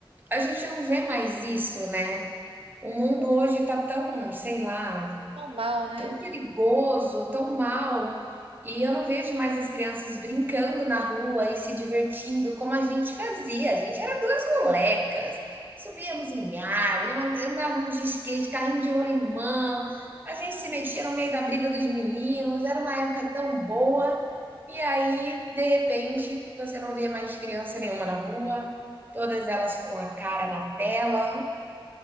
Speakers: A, on the right; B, on the right.
A: a gente não vê mais isso, né? O mundo
B: Não
A: hoje está tão, sei lá,
B: mal, né?
A: tão perigoso, tão mal, e eu não vejo mais as crianças brincando na rua e se divertindo como a gente fazia. A gente era duas molecas, subíamos em árvore, andávamos de skate, carrinho de rolimã, a gente se metia no meio da briga dos meninos, era uma época tão boa. E aí, de repente, você não vê mais criança nenhuma na rua, todas elas com a cara na tela.